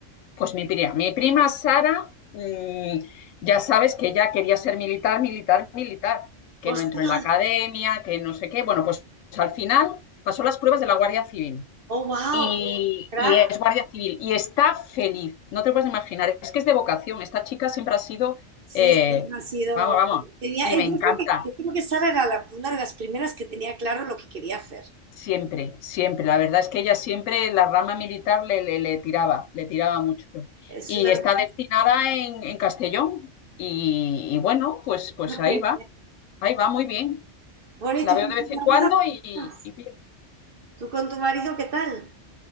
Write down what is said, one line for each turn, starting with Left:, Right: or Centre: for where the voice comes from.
Left: Pues mi prima, mi prima Sara, mm, ya sabes que ella quería ser militar, militar, militar, que
Right: ostras,
Left: no entró en la academia, que no sé qué. Bueno, pues al final pasó las pruebas de la Guardia Civil
Right: oh wow,
Left: y,
Right: qué crack.
Left: y es Guardia Civil y está feliz, no te puedes imaginar, es que es de vocación, esta chica siempre ha sido,
Right: Sí,
Left: eh,
Right: siempre ha sido.
Left: vamos, vamos,
Right: tenía-
Left: y
Right: eh,
Left: me
Right: yo
Left: encanta.
Right: creo que, yo creo que Sara era la- una de las primeras que tenía claro lo que quería hacer.
Left: Siempre, siempre. La verdad es que ella siempre, la rama militar le, le- le tiraba, le tiraba mucho.
Right: Es
Left: Y
Right: una.
Left: está destinada en, en Castellón. Y, y bueno, pues, pues ahí
Right: que-
Left: va, ahí va muy bien.
Right: Bueno, ¿y
Left: La
Right: tú
Left: veo
Right: con
Left: de vez
Right: tu marido
Left: en cuando y,
Right: qué tal?
Left: y bien.
Right: ¿Tú con tu marido qué tal?